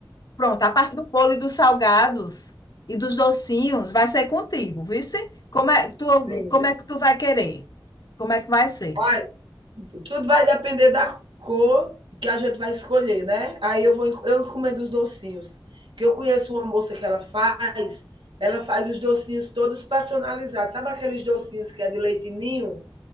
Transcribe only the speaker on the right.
sim.
Ai, tudo vai depender da cor que a gente vai escolher, né? Aí eu vou, en- eu encomendo os docinhos. Que eu conheço uma moça que ela faz, ela faz os docinhos todos personalizados. Sabe aqueles docinhos que é de leite ninho?